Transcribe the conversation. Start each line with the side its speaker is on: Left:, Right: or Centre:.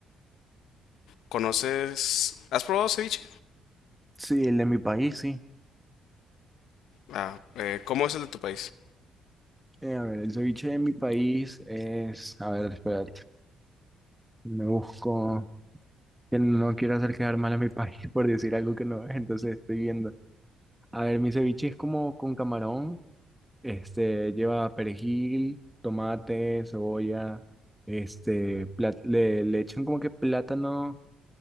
Left: ¿Conoces? ¿Has probado ceviche?
Centre: Sí, el de mi país, sí.
Left: Ah, eh, ¿cómo es el de tu país?
Centre: Eh, a ver, el ceviche de mi país es, a ver, espérate, me busco, que no quiero hacer quedar mal a mi país <laughs> por decir algo que no es, entonces estoy viendo. A ver, mi ceviche es como con camarón, este, lleva perejil, tomate, cebolla, este, plat- le, le echan como que plátano